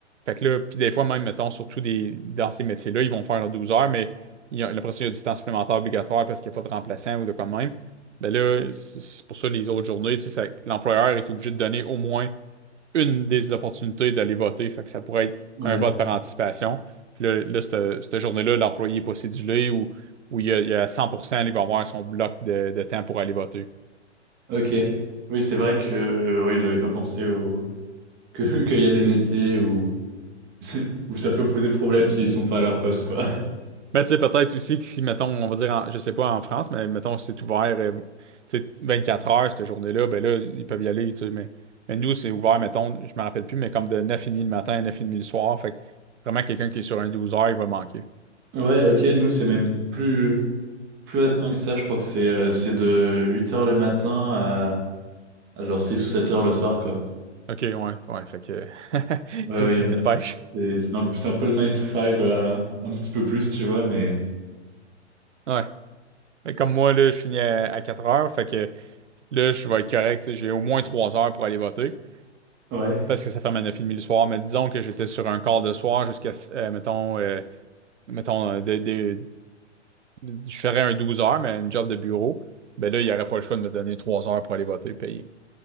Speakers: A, on the right; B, on the right.
A: Fait que là, puis des fois même, mettons, surtout des, dans ces métiers-là, ils vont faire leurs 12 heures, mais il y il y a du temps supplémentaire obligatoire parce qu'il n'y a pas de remplaçant ou de quoi de même. Ben là, c'est c'est pour ça les autres journées, tu sais, ça- l'employeur est obligé de donner au moins une des opportunités d'aller voter. Fait que ça pourrait être
B: Ouais.
A: un vote par anticipation. Puis là, là, cette, cette journée-là, l'employé n'est pas cédulé ou, ou il y a, il y a 100%, il va avoir son bloc de, de temps pour aller voter. <laughs>
B: Ok. Oui c'est vrai que euh, oui j'avais pas pensé au que <laughs> qu'il y a des métiers où <laughs> où ça peut poser problème s'ils sont pas à leur poste quoi.
A: Mais tu sais, peut-être aussi que si, mettons, on va dire, en- je sais pas en France, mais mettons, si c'est ouvert, euh, tu sais, 24 heures, cette journée-là, ben là, ils peuvent y aller, tu sais, mais, mais nous, c'est ouvert, mettons, je me rappelle plus, mais comme de 9h30 le matin à 9h30 le soir, fait que vraiment, quelqu'un qui est sur un 12 heures, il va manquer.
B: Ouais, ok, nous c'est même plus. Plus restreint que ça, je crois que c'est euh, c'est de huit heures le matin à, à genre 6 ou sept heures le soir, quoi.
A: OK, ouais, ouais, fait que, <laughs> il
B: Ouais,
A: faut
B: ouais,
A: que tu
B: euh,
A: te dépêches.
B: c'est c'est un, c'est un peu le 9 to 5, euh, un petit peu plus, tu vois, mais...
A: Ouais. Mais comme moi, là, je finis à, à 4 heures, fait que là, je vais être correct, tu sais, j'ai au moins 3 heures pour aller voter,
B: Ouais.
A: parce que ça ferme à 9h30 le soir, mais disons que j'étais sur un quart de soir jusqu'à, euh, mettons, euh, mettons euh, de, de- de- je ferais un 12 heures, mais une job de bureau, ben là, il n'y aurait pas le choix de me donner trois heures pour aller voter, payer.